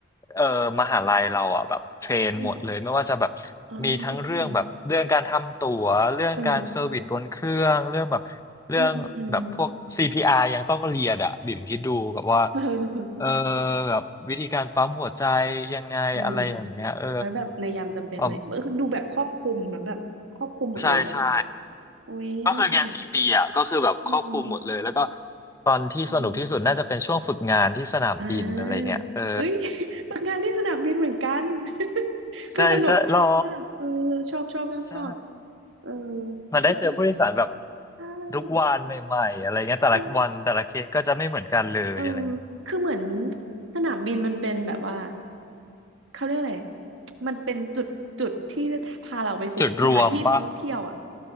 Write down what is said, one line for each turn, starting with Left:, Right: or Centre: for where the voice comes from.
Left: เออมหาลัยเราอ่ะแบบเทรนหมดเลยไม่ว่าจะแบบ
Right: เอออืมอ๋อ
Left: มีทั้งเรื่องแบบเรื่องการทำตั๋วเรื่องการเซอร์วิสบนเครื่องเรื่องแบบเรื่องแบบพวก
Right: เอออืมอืมอืม
Left: CPR ยังต้องเรียนอ่ะบิ่มคิดดูแบบว่า
Right: เออ
Left: เออแบบวิธีการปั๊มหัวใจยังไงอะไรอย่างเงี้ยเอ
Right: เออไว้แบบในยามจำเป็นอะไรเออคือดูแบบครอบคลุมเหมือแบบครอบคลุมหมดเลยอ่ะ
Left: อ ใช่ใช่
Right: โอ้ยน่าสนุก
Left: ก็คือเรียนสี่ปีอ่ะก็คือแบบครอบคลุมหมดเลยแล้วก็
Right: อืม
Left: ตอนที่สนุกที่สุดน่าจะเป็นช่วงฝึกงานที่สนามบินอะไรเงี้ยเออ
Right: อืมอ่าเฮ้ย <laughs> ทำงานที่สนามบินเหมือนกัน <laughs>
Left: ใช่ใช่หรอ
Right: คือสนุกชอบมากเออชอบชอบชอบชอบ
Left: ใช่
Right: เออ
Left: มันได้เจอผู้โดยสารแบบ
Right: ก็เลยใช่
Left: ทุกวันใหม่ๆอะไรเงี้ยแต่ละวันแต่ละเคสก็จะไม่เหมือนกันเลยอะไรเงี้ย
Right: มันเออคือเหมือนสนามบินมันเป็นแบบว่า เขาเรียกอะไร มันเป็นจุดจุดที่พาเราไปสู่สถานที่ท่องเที่ยวอ่ะ
Left: จุดรวมปะ